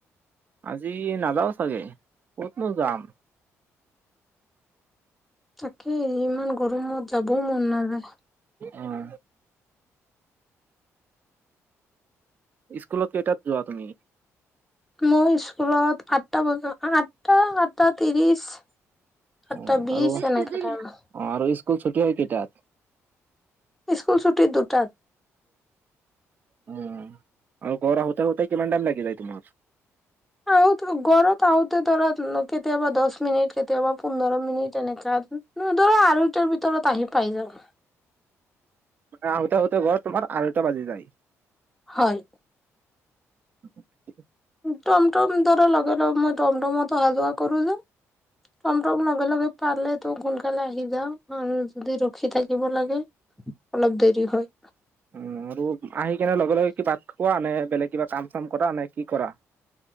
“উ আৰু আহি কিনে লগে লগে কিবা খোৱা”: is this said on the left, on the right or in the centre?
Right